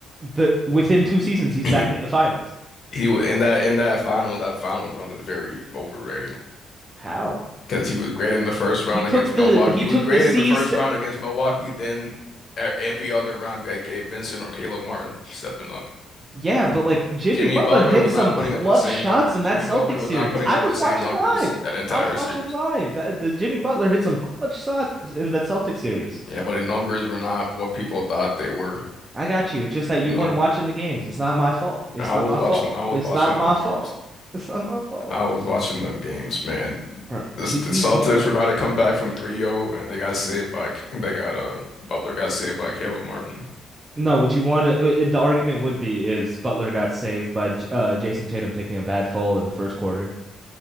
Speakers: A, on the right; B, on the left.
A: the within two seasons,
B: <clears throat>
A: he's back in the finals.
B: He was in that in that final. That final run is very overrated
A: How?
B: because he was great in the first round
A: He took
B: against
A: the
B: Milwaukee.
A: he
B: He
A: took
B: was great
A: the C's
B: in the first round against Milwaukee. Then e- every other round that gave Vincent or Caleb Martin stepping up.
A: Yeah, but like Jimmy
B: Jimmy
A: Butler
B: Butler
A: hit
B: was
A: some
B: not
A: clutch
B: putting up the same
A: shots
B: numbers.
A: in that
B: Jimmy
A: Celtics
B: Butler was
A: series.
B: not putting
A: I
B: up
A: was
B: the same
A: watching
B: numbers
A: live.
B: that entire
A: I was watching
B: series.
A: live. That the Jimmy Butler hit some clutch shots in that Celtics series.
B: Yeah, but the numbers were not what people thought they were.
A: I got you. It's just that you
B: You know,
A: weren't watching the games. It's not my fault. It's
B: I
A: not
B: was
A: my fault.
B: watching. I was
A: It's
B: watching
A: not my
B: them games.
A: fault. It's not my fault.
B: I was watching them games, man.
A: Bro,
B: This,
A: Jimmy
B: the Celtics
A: Butler.
B: were about to come back from three zero, and they got saved by they got uh Butler got saved by Caleb Martin.
A: No, what you want to, the argument would be is Butler got saved by J- uh, Jason Tatum taking a bad fall in the first quarter.